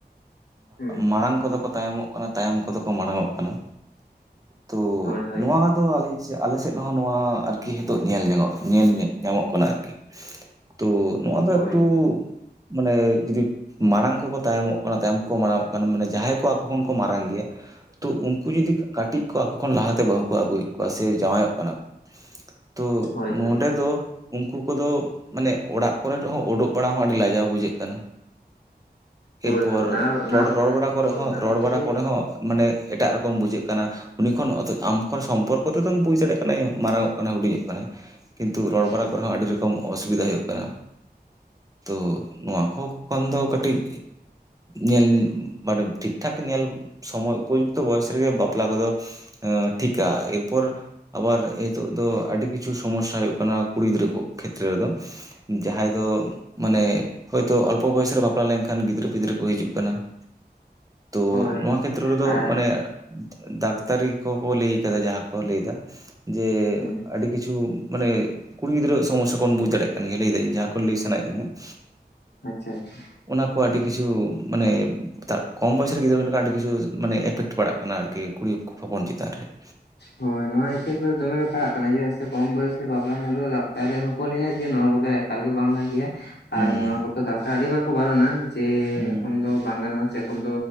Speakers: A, on the left; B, on the right.
A: ᱦᱩᱸ
B: ᱢᱟᱨᱟᱲᱟᱝ ᱠᱚᱫᱚ ᱠᱚ ᱛᱟᱭᱚᱢᱚᱜ ᱠᱟᱱᱟ ᱛᱟᱭᱚᱢ ᱠᱚᱫᱚ ᱠᱚ ᱢᱟᱲᱟᱝᱜ ᱠᱟᱱᱟ, ᱛᱚ
A: ᱦᱳᱭ ᱦᱳᱭ
B: ᱱᱚᱣᱟ ᱛᱚ ᱟᱞᱮ ᱥᱮᱫ ᱦᱚᱸ ᱱᱚᱣᱟ ᱟᱨᱠᱤ ᱱᱤᱛᱚᱜ ᱧᱮᱞ ᱧᱚᱜᱚᱜ ᱧᱮᱞ ᱧᱟᱢᱚᱜ ᱠᱟᱱᱟ ᱟᱨᱠᱤ᱾ ᱛᱚ ᱱᱚᱣᱟ ᱫᱚ
A: ᱦᱳᱭ
B: ᱮᱠᱴᱩ ᱢᱟᱱᱮ ᱡᱩᱫᱤ ᱢᱟᱲᱟᱝ ᱠᱚᱠᱚ ᱛᱟᱭᱚᱢᱚᱜ ᱠᱟᱱᱟ ᱛᱟᱭᱚᱢ ᱢᱟᱲᱟᱝᱚᱜ ᱠᱟᱱᱟ ᱢᱟᱱᱮ ᱡᱟᱦᱟᱸᱭ ᱠᱚ ᱟᱠᱚ ᱠᱷᱚᱱ ᱠᱚ ᱢᱟᱨᱟᱝ ᱜᱮᱭᱟ᱾ ᱛᱚ ᱩᱱᱠᱩ ᱡᱩᱫᱤ ᱠᱟᱹᱴᱤᱡ ᱠᱚ ᱟᱠᱚ ᱠᱷᱚᱱ ᱞᱟᱦᱟᱛᱮ ᱵᱟᱹᱦᱩ ᱠᱚ ᱟᱹᱜᱩᱭᱮᱫ ᱠᱚᱣᱟ ᱥᱮ ᱡᱟᱶᱟᱭᱚᱜ ᱠᱟᱱᱟ ᱠᱚ ᱛᱚ
A: ᱦᱳᱭ
B: ᱱᱚᱰᱮ
A: ᱦᱳᱭ
B: ᱫᱚ ᱩᱱᱠᱩ ᱠᱚᱫᱚ ᱢᱟᱱᱮ ᱚᱲᱟᱜ ᱠᱚᱨᱮ ᱦᱚᱸ ᱩᱰᱩᱠ ᱵᱟᱲᱟ ᱦᱚᱸ ᱟᱹᱰᱤ ᱞᱟᱡᱟᱣ ᱵᱩᱡᱟᱹᱜ ᱠᱟᱱᱟ
A: ᱦᱳᱭ
B: ᱮᱨᱯᱚᱨ
A: ᱦᱳᱭ ᱚᱱᱟ ᱚᱱᱟ
B: ᱨᱚᱲ
A: ᱦᱳᱭ
B: ᱨᱚᱲ ᱵᱟᱲᱟ ᱠᱚᱨᱮ
A: ᱚᱱᱟ
B: ᱦᱚᱸ ᱨᱚᱲ
A: ᱠᱚᱛᱚ
B: ᱵᱟᱲᱟ
A: ᱦᱳᱭ
B: ᱠᱚᱨᱮ
A: ᱜᱮ
B: ᱦᱚᱸ ᱢᱟᱱᱮ ᱮᱴᱟᱜ ᱨᱚᱠᱚᱢ ᱵᱩᱡᱷᱟᱹᱜ ᱠᱟᱱᱟ ᱩᱱᱤ ᱠᱷᱚᱱ ᱚᱛ ᱟᱢ ᱠᱷᱚᱱ ᱥᱚᱢᱯᱚᱨᱠᱚ ᱛᱮᱫᱚᱢ ᱵᱩᱡᱽ ᱫᱟᱲᱮᱭᱟᱜ ᱠᱟᱱᱟ ᱢᱟᱨᱟᱝ ᱠᱟᱱᱟᱭ ᱦᱩᱰᱤᱧᱚᱜ ᱠᱟᱱᱟᱭ ᱠᱤᱱᱛᱩ ᱨᱚᱲ
A: ᱦᱩᱸ
B: ᱵᱟᱲᱟ ᱠᱚᱨᱮ ᱦᱚᱸ ᱟᱹᱰᱤ ᱨᱚᱠᱚᱢ ᱚᱥᱩᱵᱤᱫᱦᱟ ᱦᱩᱭᱩᱜ ᱠᱟᱱᱟ᱾ ᱛᱚ ᱱᱚᱣᱟ ᱠᱚ ᱠᱷᱚᱱ ᱫᱚ ᱠᱟᱹᱴᱤᱡ ᱧᱮᱞ ᱢᱟᱱᱮ ᱴᱷᱤᱠ ᱴᱷᱟᱠ ᱧᱮᱞ ᱥᱚᱢᱚᱭ ᱩᱯᱚᱡᱩᱠᱛᱚ ᱵᱚᱭᱮᱥ ᱨᱮᱜᱮ ᱵᱟᱯᱞᱟ ᱠᱚᱫᱚ ᱮ ᱴᱷᱤᱠᱟ ᱮᱨᱯᱚᱨ ᱟᱵᱟᱨ ᱮ ᱱᱤᱛᱚᱜ ᱫᱚ ᱟᱹᱰᱤ ᱠᱤᱪᱷᱩ ᱥᱚᱢᱚᱥᱟ ᱦᱩᱭᱩᱜ ᱠᱟᱱᱟ ᱠᱩᱲᱤ ᱜᱤᱫᱽᱨᱟᱹ ᱠᱚ ᱠᱷᱮᱛᱨᱮ ᱨᱮᱫᱚ ᱾ ᱡᱟᱦᱟᱸᱭ ᱫᱚ ᱢᱟᱱᱮ ᱦᱚᱭ ᱛᱳ ᱚᱞᱯᱚ ᱵᱚᱭᱮᱥ ᱨᱮ ᱵᱟᱯᱞᱟ ᱞᱮᱱᱠᱷᱟᱱ ᱜᱤᱫᱽᱨᱟᱹ ᱯᱤᱫᱽᱨᱟᱹ ᱠᱚ ᱦᱤᱡᱩᱜ ᱠᱟᱱᱟ ᱾ ᱛᱚ
A: ᱦᱳᱭ
B: ᱱᱚᱣᱟ ᱠᱷᱮᱛᱨᱚ ᱨᱮᱫᱚ
A: ᱟᱨ
B: ᱢᱟᱱᱮ ᱰᱟᱠᱛᱟᱨᱤ ᱠᱚᱠᱚ ᱞᱟᱹᱭ ᱠᱟᱫᱟ ᱡᱟᱦᱟᱸ ᱠᱚ ᱞᱟᱹᱭᱫᱟ ᱾ ᱡᱮ
A: ᱦᱩᱸ
B: ᱟᱹᱰᱤ ᱠᱤᱪᱷᱩ ᱢᱟᱱᱮ ᱠᱩᱲᱤ ᱜᱤᱫᱽᱨᱟᱹ ᱥᱚᱢᱚᱥᱟ ᱵᱳᱱ ᱵᱩᱡ ᱫᱟᱲᱮᱭᱟᱜ ᱜᱮᱭᱟ ᱞᱟᱹᱭᱟᱹᱧ ᱡᱟᱦᱟᱸ ᱠᱚ ᱞᱟᱹᱭ ᱥᱟᱱᱟᱭᱮᱫ ᱢᱤᱭᱟ ᱾
A: ᱟᱪᱷᱟ ᱟᱪᱷᱟ ᱾
B: ᱚᱱᱟ ᱠᱚ ᱟᱹᱰᱤ ᱠᱤᱪᱷᱩ ᱢᱟᱱᱮ ᱾ ᱠᱚᱢ ᱵᱚᱭᱚᱥ ᱨᱮ ᱜᱤᱫᱽᱨᱟᱹ ᱦᱩᱭ ᱞᱮᱠᱷᱟᱱ ᱟᱹᱰᱤ ᱠᱤᱪᱷᱩ ᱢᱟᱱᱮ ᱮᱯᱷᱮᱠᱴ ᱯᱟᱲᱟᱜ ᱠᱟᱱᱟ ᱟᱨᱠᱤ ᱠᱩᱲᱤ ᱦᱚᱯᱚᱱ ᱪᱮᱛᱟᱱ ᱨᱮ ᱾
A: ᱦᱳᱭ ᱱᱚᱣᱟ ᱮᱯᱷᱮᱠᱴ ᱵᱟ ᱫᱚᱢᱮ ᱜᱮ ᱯᱟᱲᱦᱟᱜ ᱠᱟᱱᱟ ᱡᱮᱫᱟᱜ ᱥᱮ ᱠᱚᱢ ᱵᱚᱭᱚᱥ ᱨᱮ ᱵᱟᱯᱞᱟ ᱫᱚ ᱰᱟᱠᱛᱟᱨᱤ ᱦᱚᱸᱠᱚ ᱞᱮᱭᱟ ᱡᱮ ᱱᱚᱣᱟ ᱠᱚᱫᱚ ᱮᱠᱟᱞ ᱜᱮ ᱵᱟᱝ ᱵᱷᱟᱜᱮᱭᱟ ᱾
B: ᱦᱩᱸ
A: ᱟᱨ ᱱᱚᱣᱟ ᱠᱚᱫᱚ ᱰᱟᱠᱛᱟᱨ ᱟᱹᱰᱤᱵᱟᱨ ᱠᱚ ᱵᱟᱨᱚᱱᱟ ᱡᱮ
B: ᱦᱩᱸ
A: ᱮᱠᱷᱚᱱ ᱫᱚ ᱵᱟᱝ ᱜᱟᱱᱚᱜᱼᱟ ᱾ ᱮᱠᱷᱚᱱ